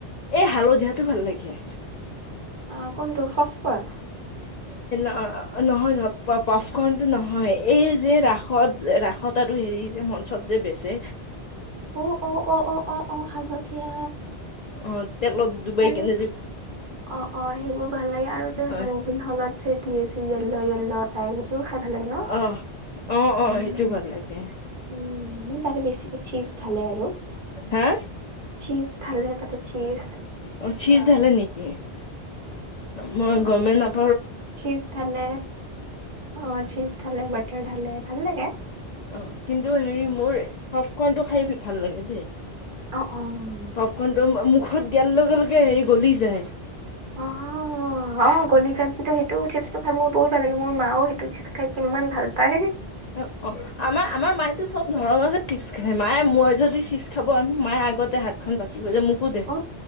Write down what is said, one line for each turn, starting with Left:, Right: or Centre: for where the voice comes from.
Left: এই হালধিয়া টো ভাল লাগে।
Right: অ। কোনটো সফল?
Left: অ নহয় নহয়। প পফকণটো নহয় এই যে ৰাসত ৰাসত আৰু হেৰি যে মঞ্চত যে বেছে।
Right: অ-অ-অ-অ-অ। হালত ধিয়া
Left: অ তেলত ডুবাই
Right: আৰু
Left: কেনে যে
Right: অ, অ সেইবোৰ ভাল লাগে আৰু যে
Left: অ
Right: মুভি হল <unintelligible> য়েল্লো য়েল্লো তাই সেইটোও খাই ভাল লাগে ন?
Left: অ অ
Right: উম,
Left: অ সেইটো ভাল লাগে
Right: উম। তাতে বেছিযে চিজ থালে আৰু
Left: হা
Right: চিজ ধালে তাতে চিছ
Left: অ চিজ ধালে নেকি? মই গমে নাপ
Right: চীজ ঢালে। অ। চীজ ঢালে, বাটাৰ ঢালে। ভাল লাগে।
Left: অ কিন্তু হেৰি মোৰ পফকণটো খাই ভাল লাগে দেই।
Right: অ', অ'।
Left: পফকনটো মো মোক ষধ দিয়াৰ লগে লগে হেৰি গলি যায়।
Right: অ অ গলি যাই কিন্তু সেইটো চিপছটো খাই মোৰ বহুত ভাল লাগে। মোৰ মাও সেইটো চিপছ খায়। কিমান ভাল পায়।
Left: অ অ আমাৰ, আমাৰ মাইতো চব ধৰণৰ যে চিপছ খায়। মায়ে মই যদি চিপছ খাব অনো, মায় আগতে হাতখন বাচ কি বজে মকো দে
Right: অ'।